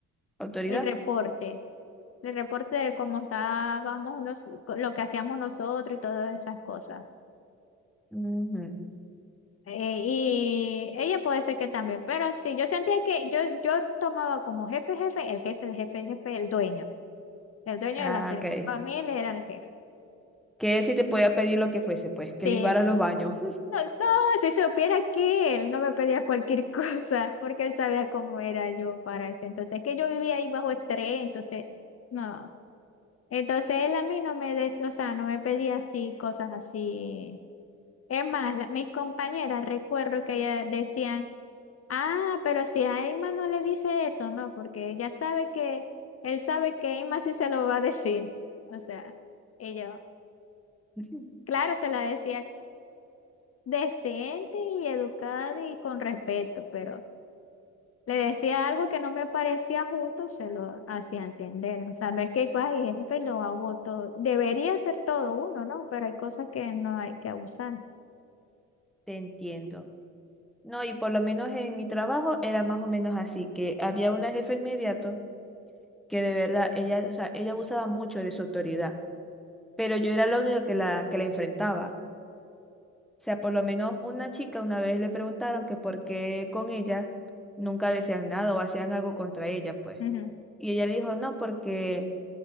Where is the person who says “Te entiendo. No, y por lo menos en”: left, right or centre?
Centre